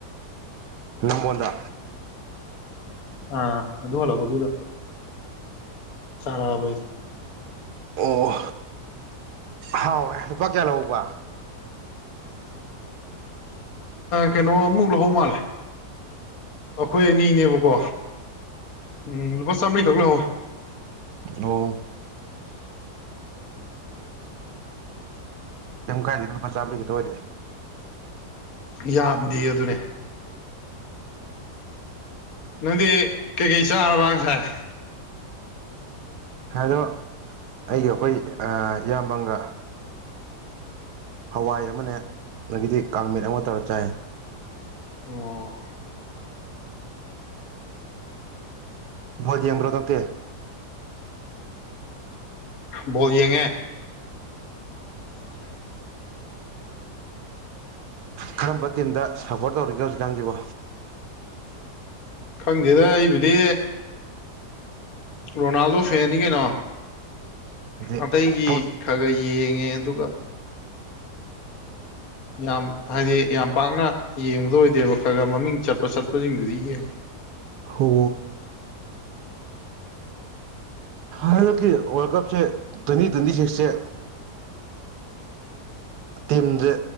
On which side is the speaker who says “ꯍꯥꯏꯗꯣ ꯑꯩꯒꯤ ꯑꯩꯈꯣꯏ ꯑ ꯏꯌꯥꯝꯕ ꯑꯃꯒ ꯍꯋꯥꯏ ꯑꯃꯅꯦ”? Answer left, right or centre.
Right